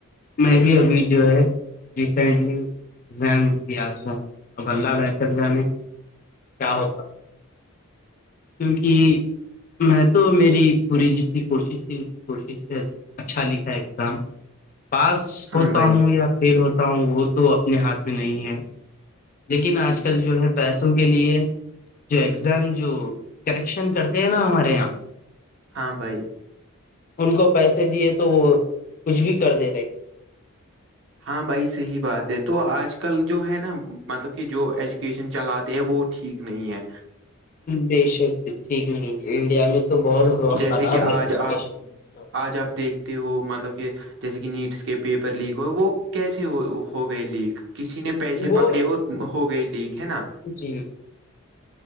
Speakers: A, on the left; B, on the right.
A: میں بھی ابھی جو ہے ریسینٹلی ایگزام د اب اللہ بہتر جے کیا ہوتا کیونکہ میں تو میری پوری جتنی کوشش تھی اتنی کوشش سے اچھا لکھا ہے ایگزام پاس
B: ہاں
A: ہوتا
B: بھائی
A: ہوں یا فیل ہوتا ہوں وہ تو اپنے ہاتھ میں نہیں ہے لیکن آج کل جو ہے پیسوں کے لیے جو ایگزام جو کریکشن کرتے ہیں نا ہمارے یہاں
B: ہاں بھائی
A: ان کو پیسے دیے تو وہ کچھ بھی کر دے رہے
B: ہاں بھائی صحیح بات ہے تو آج کل جو ہے نا مطلب کہ جو ایجوکیشن چلاتے ہیں وہ ٹھیک نہیں ہے
A: بے شک ٹھیک نہیں انڈیا میں تو بہت
B: جیسے
A: خراب
B: کہ
A: ہے
B: آج
A: ایجوکیشن
B: آپ
A: منسٹر
B: آج آپ دیکھتے ہو مطلب کہ جیسے کہ نیٹس کے پیپر لیک ہوئے وہ کیسے ہو گئے لیک کسی نے پیسے
A: وہ
B: پکڑے اور ہو گئے لیک ہے نا
A: جی